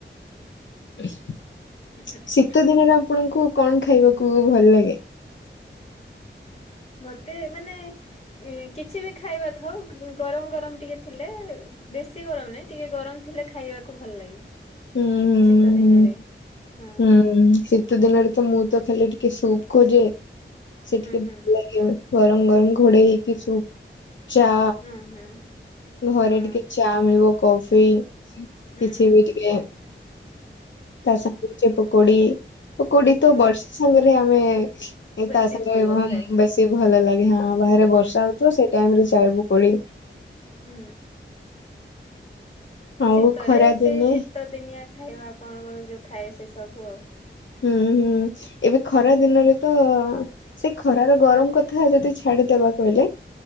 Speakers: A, on the left; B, on the left.
A: <unintelligible>
B: <unintelligible>
A: ଶୀତ ଦିନରେ ଆପଣଙ୍କୁ କଣ ଖାଇବାକୁ ଭଲ ଲାଗେ?
B: ମତେ ମାନେ କିଛି ବି ଖାଇବା ଥାଉ ଗରମ ଗରମ ଟିକେ ଥିଲେ ବେଶୀ ଗରମ ନାହିଁ ଟିକେ ଗରମ ଥିଲେ ଖାଇବାକୁ ଭଲ ଲାଗେ।
A: ହୁଁ
B: ଶୀତ ଦିନରେ
A: ହୁଁ
B: ହୁଁ
A: ହଁ ହୁଁ ସେ ଶୀତ ଦିନରେ ତ ମୁଁ ତ ଖାଲି ଟିକେ ସୁପ୍ ଖୋଜେ ସେ
B: ହୁଁ
A: ଟିକେ ଭଲ
B: ହୁଁ
A: ଲାଗେ। ଗରମ ଗରମ ଘୋଡେଇ ହେଇକି ସୁପ ଚା
B: ହୁଁ ହୁଁ
A: ଘରେ
B: ହୁଁ
A: ଟିକେ ଚା ମିଳିବ କଫି
B: ହୁଁ
A: କିଛି ବି ଟିକେ ତା ସାଙ୍ଗରେ ଛି ପକୋଡି ପୋକୋଡି ତ
B: ହଁ
A: ବର୍ଷା ସାଙ୍ଗରେ ଆମେ ଏଇ
B: ବେଶୀ
A: ତା ସାଙ୍ଗେ
B: ଭଲ ଥାଏ ହଁ
A: ବେଶୀ ଭଲ ଲାଗେ ହଁ ବାହାରେ
B: ହୁଁ
A: ବର୍ଷା ହଉଥିବ ସେଇ ଟାଇମ ରେ ଚାଏ ପକୋଡି
B: ହୁଁ।
A: ଆଉ
B: ଶୀତରେ
A: ଖରା
B: ସେଇ
A: ଦିନେ
B: ଶୀତ ଦିନିଆ ଖାଇବା କଣ କଣ ଯୋଉ ଥାଏ ସେ ସବୁ ଆଉ
A: ହୁଁ ହୁଁ ଏବେ ଖରା
B: ହୁଁ
A: ଦିନରେ ତ ସେ ଖରାର ଗରମ କଥା ଯଦି ଛାଡି ଦବାକୁ ହେଲେ